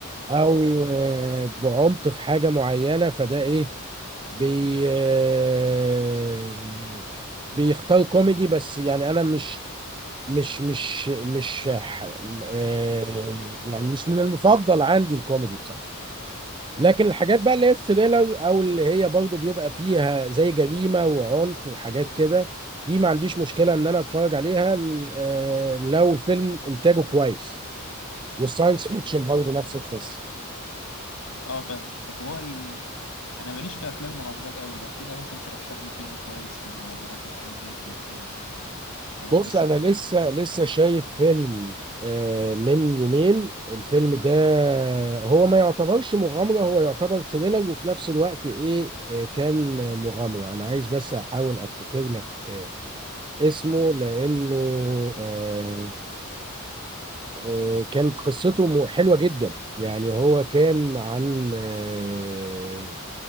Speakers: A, on the right (about 20°); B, on the left (about 70°).
A: او آه بعمق في حاجه معينه فده ايه بي آه، بيختار كوميدي بس يعني انا مش مش مش مش ح- آه، يعني مش من المفضل عندي الكوميدي بصراحه لكن الحاجات بقى اللي هي الثريلر او اللي هي برضو بيبقى فيها زي جريمه وعنف وحاجات كده دي ما عنديش مشكله ان انا اتفرج عليها ل- آه، لو الفيلم انتاجه كويس والساينس فيكشن برضو نفس القصه
B: اه فاهمك طب هو ال... انا ماليش في افلام المغامرات قوي لو كده ممكن ترشح لي فيلم كويس في المغامرات والحاجات ديت يبقى عملت
A: بص
B: الصح
A: انا
B: معايا
A: لسه لسه شايف فيلم آه، من يومين الفيلم ده هو ما يعتبرش مغامرة هو يعتبر ثريلر وفي نفس الوقت ايه آه، كان مغامرة انا عايز بس احاول افتكر لك آه، اسمه لانه آه، آه، كانت قصته م- حلوة جدا يعني هو كان عن آه،